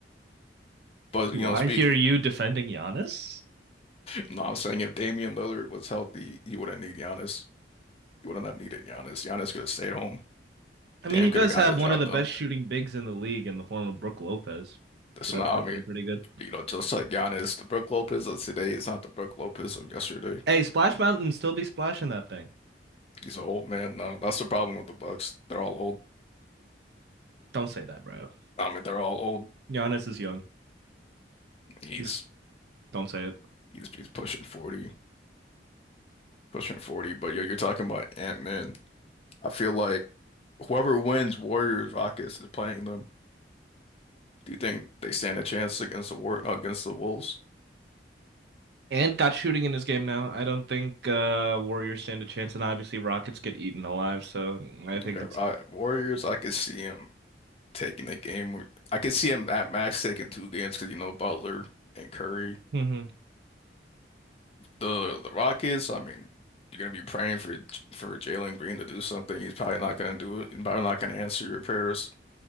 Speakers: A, on the left; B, on the right.
A: But
B: Do
A: you know,
B: I
A: speak.
B: hear you defending Giannis?
A: No, I'm saying if Damian Lillard was healthy, he wouldn't need Giannis. He wouldn't have needed Giannis. Giannis could have stayed home.
B: I mean,
A: Damn,
B: he
A: could
B: does
A: have gotten
B: have
A: the job
B: one of the
A: done.
B: best shooting bigs in the league in the form of Brooke Lopez,
A: That's
B: so that
A: not,
B: could have
A: I mean,
B: been a pretty good.
A: you know, just like Giannis, the Brook Lopez of today is not the Brook Lopez of yesterday.
B: Hey, Splash Mountain still be splashing that thing.
A: He's an old man now. That's the problem with the Bucks. They're all old.
B: Don't say that, bro.
A: I mean, they're all old.
B: Giannis is young.
A: He's
B: He's don't say it.
A: he's he's pushing 40. pushing 40, but yo, you're talking about Ant-Man. I feel like whoever wins Warriors Rockets is playing them. Do you think they stand a chance against the war against the Wolves?
B: And got shooting in his game now. I don't think uh Warriors stand a chance, and obviously Rockets get eaten alive. So I
A: Yeah,
B: think it's
A: Ro- Warriors, I could see him taking the game. or- I could see him at max taking two games because you know Butler and Curry.
B: Mhm.
A: The the Rockets, I mean, you're gonna be praying for for Jalen Green to do something. He's probably not gonna do it. He's probably not gonna answer your prayers.